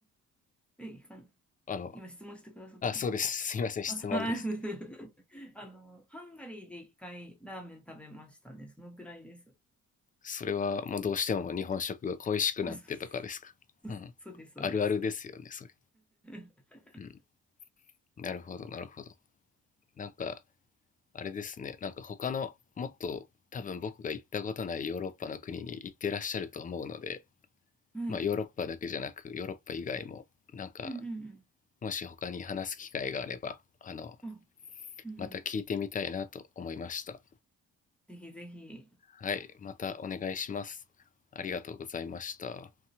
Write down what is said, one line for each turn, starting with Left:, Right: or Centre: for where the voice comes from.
Centre: え、いかん、
Left: あの、
Centre: 今質問してくださったんですか
Left: あ、そうです。<laughs> すいません、質問です。
Centre: あ、はい <laughs> あの、ハンガリーで一回ラーメン食べましたね。そのくらいです。
Left: それはもうどうしても日本食が恋しくなってとかですかうん。
Centre: あ、そう、<laughs> そうそうです、そうです。
Left: あるあるですよね、それ。
Centre: <laughs>
Left: うん。なるほど、なるほど。なんか、あれですね、なんか他のもっと多分僕が行ったことないヨーロッパの国に行ってらっしゃると思うので、
Centre: はい。
Left: まあヨーロッパだけじゃなくヨーロッパ以外もなんか
Centre: うんうん
Left: もし他に話す機会があれば、あの、
Centre: うん。あ、うんうん。
Left: また聞いてみたいなと思いました。
Centre: ぜひぜひ。
Left: はい、またお願いします。ありがとうございました。